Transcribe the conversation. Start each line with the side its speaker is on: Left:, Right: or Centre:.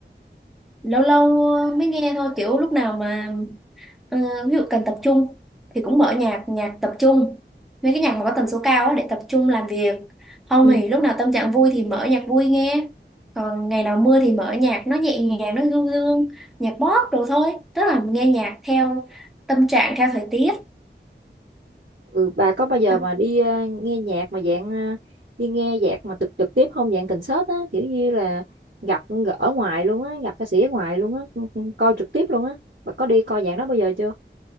Centre: lâu lâu mới nghe thôi kiểu lúc nào mà Ờ, ví dụ cần tập trung thì cũng mở nhạc nhạc tập trung mấy cái nhạc mà có tần số cao á để tập trung làm việc không
Right: Ừ.
Centre: thì lúc nào tâm trạng vui thì mở nhạc vui nghe còn ngày nào mưa thì mở nhạc nó nhẹ nhàng nó du dương nhạc pop đồ thôi tức là nghe nhạc theo tâm trạng theo thời tiết
Right: ừ, bà có bao giờ
Centre: À,
Right: mà đi ờ, nghe nhạc mà dạng ờ, đi nghe nhạc mà trực trực tiếp không dạng concert á kiểu như là gặp ở ngoài luôn á gặp ca sĩ ở ngoài luôn á ừ, ừ, coi trực tiếp luôn á bà có đi coi dạng đó bao giờ chưa